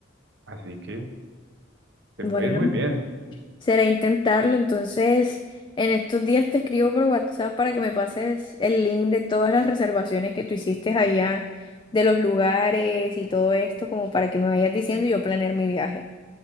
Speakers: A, on the right (about 55°); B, on the left (about 25°).
A: así que te
B: Bueno.
A: puede ir muy bien.
B: Será intentarlo, entonces en estos días te escribo por WhatsApp para que me pases el link de todas las reservaciones que tú hiciste allá, de los lugares y todo esto, como para que me vayas diciendo y yo planear mi viaje.